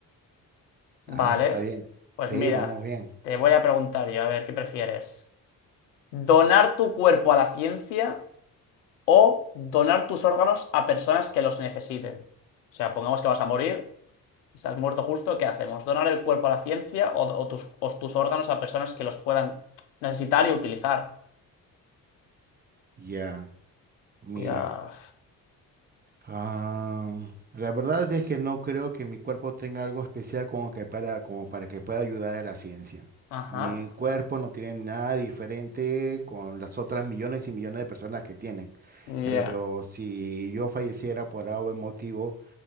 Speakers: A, on the left (about 75°); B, on the right (about 20°).
A: Vale.
B: Ah, está bien.
A: Pues
B: Sí,
A: mira,
B: vamos bien.
A: te voy a preguntar yo, a ver, ¿qué prefieres? ¿Donar tu cuerpo a la ciencia o donar tus órganos a personas que los necesiten? O sea, pongamos que vas a morir, estás muerto justo, ¿qué hacemos? ¿Donar el cuerpo a la ciencia o, o tus, o tus órganos a personas que los puedan necesitar y utilizar?
B: Ya, mira.
A: Cuidado.
B: Ah, la verdad es que no creo que mi cuerpo tenga algo especial como que para, como para que pueda ayudar a la ciencia.
A: Ajá.
B: Mi cuerpo no tiene nada diferente con las otras millones y millones de personas que tienen.
A: Ya.
B: Pero si yo falleciera por algún motivo,